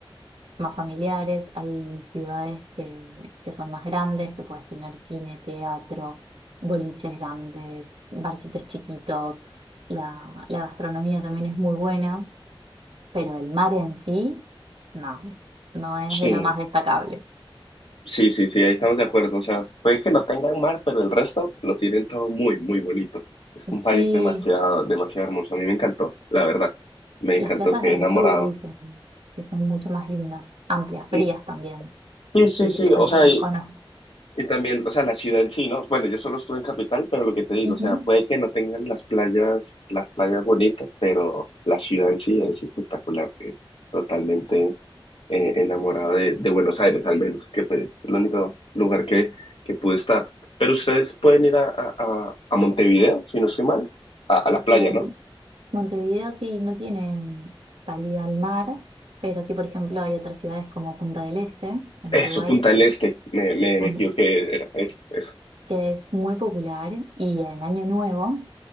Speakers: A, on the right; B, on the left.
A: más familiares, hay ciudades que, que son más grandes, que puedes tener cine, teatro, boliches grandes, barcitos chiquitos, la, la gastronomía también es muy buena, pero el mar en sí, no, no es
B: Sí,
A: de lo más destacable.
B: sí, sí, sí, ahí estamos de acuerdo. O sea, puede que no tengan mar, pero el resto lo tienen todo muy, muy bonito. Es un país
A: Sí,
B: demasiado, demasiado hermoso. A mí me encantó, la verdad. Me encantó,
A: las playas
B: quedé
A: del
B: enamorado.
A: sur dicen que son mucho más lindas, amplias, frías
B: Mm,
A: también,
B: Sí, sí,
A: Eh,
B: sí.
A: esas
B: O sea,
A: no las
B: y,
A: conozco.
B: Y también, o sea, la ciudad en sí, ¿no? Bueno, yo solo estuve en Capital, pero lo que te digo,
A: Ujú.
B: o sea, puede que no tengan las playas, las playas bonitas, pero la ciudad en sí es espectacular, que totalmente eh, enamorado de, de Buenos Aires, al menos, que fue el único lugar que, que pude estar. Pero ustedes pueden ir a, a, a- a Montevideo, si no estoy mal, a, a la playa,
A: En-
B: ¿no?
A: Montevideo sí no tiene mm, salida al mar, pero sí, por ejemplo, hay otras ciudades como Punta del Este, en
B: Eso,
A: Uruguay,
B: Punta del Este, me, me, me
A: un-
B: equivoqué, era eso, eso.
A: que es muy popular y en Año Nuevo,